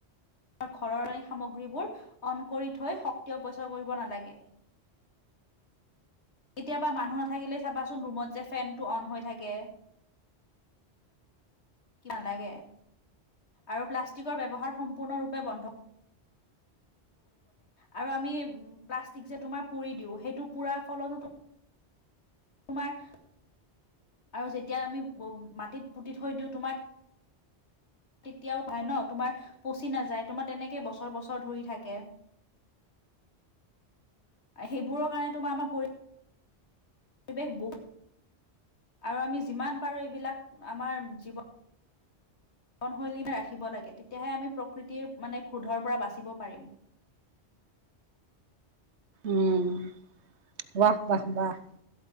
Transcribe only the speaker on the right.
উম ৱাহাহ ৱাহ